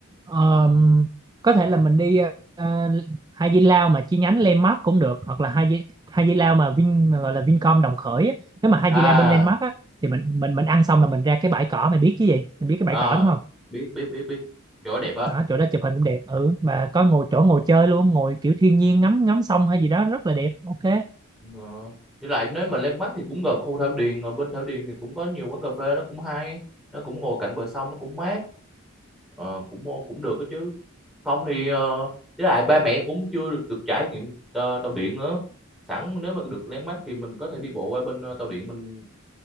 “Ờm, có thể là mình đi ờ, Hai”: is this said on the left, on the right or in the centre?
Right